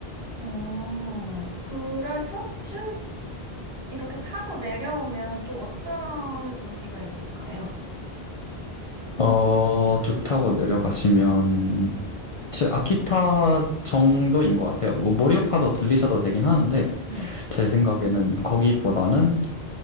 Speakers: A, on the right (about 70°); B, on the left (about 40°).
A: 어, 그래서 쭉 이렇게 타고 내려오면 또 어떤 도시가 있을까요?
B: 어, 쭉 타고 내려가시면 제 아키타 정도인 것 같아요. 뭐 모리오카도 들리셔도 되긴 하는데
A: 네.
B: 제 생각에는 거기보다는